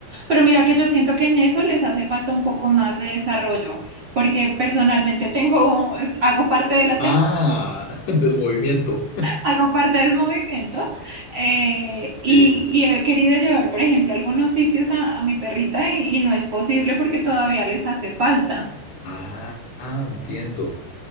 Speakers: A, on the right; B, on the left.
A: Pero mira que yo siento que en eso les hace falta un poco más de desarrollo, porque personalmente tengo, <laughs> hago parte de la
B: Ah,
A: tendencia.
B: <laughs> del movimiento.
A: Hago parte del movimiento eh, y,
B: Sí.
A: y he querido llevar, por ejemplo, a algunos sitios a, a mi perrita y, y no es posible porque todavía les hace falta.
B: Ah, ah, entiendo.